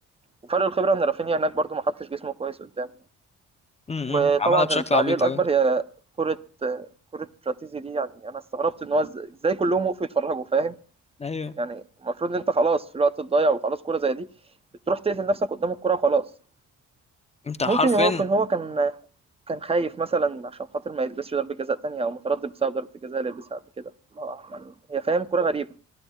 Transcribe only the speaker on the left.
امم
عملها بشكل
عبيط
قوي
ايوه
انت
حرفيا